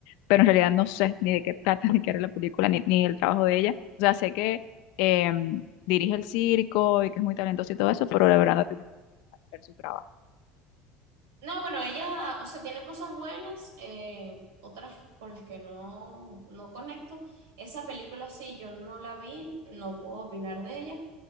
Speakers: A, on the left (about 60°); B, on the right (about 85°).
A: Pero en realidad no sé ni de qué trata, <laughs> ni qué era la película, ni, ni el trabajo de ella. O sea, sé que eh, dirige el circo y que es muy talentosa y todo eso, pero la verdad no tiene que ver su trabajo.
B: No, bueno, ella, o sea, tiene cosas buenas, eh, otras con las que no, no conecto. Esa película sí, yo no la vi, no puedo opinar de ella,